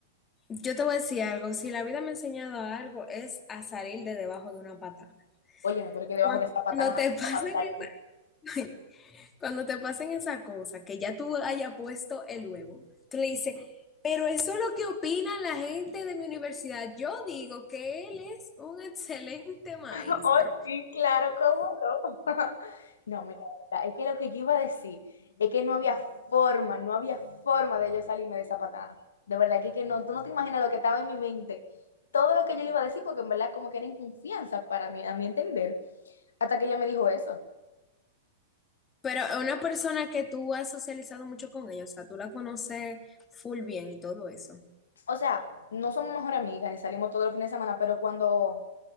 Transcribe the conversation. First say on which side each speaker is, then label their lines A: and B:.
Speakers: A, on the left; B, on the left.
A: Yo te voy a decir algo, si la vida me ha enseñado algo es a salir de debajo de una patana.
B: Óyeme, pero que debajo
A: Cuando
B: de esa patana una
A: te
B: persona,
A: pasen
B: de tal y me-
A: esa, <laughs> cuando te pasen esa cosa, que ya tú hayas puesto el huevo, tú le dices, pero eso es lo que opina la gente de mi universidad. Yo digo que él es un excelente maestro,
B: <laughs> Oh, sí, claro, cómo no. <laughs> No, mira, la verdad, es que lo que yo iba a decir es que no había forma, no había forma de yo salirme de esa patada. De verdad que, que no, tú no te imaginas lo que estaba en mi mente. Todo lo que yo le iba a decir, porque en verdad como que era inconfianza para mí, a mi entender, hasta que ella me dijo eso.
A: pero es una persona que tú has socializado mucho con ella, o sea, tú la conoces full bien y todo eso.
B: O sea, no somos mejor amigas ni salimos todos los fines de semana, pero cuando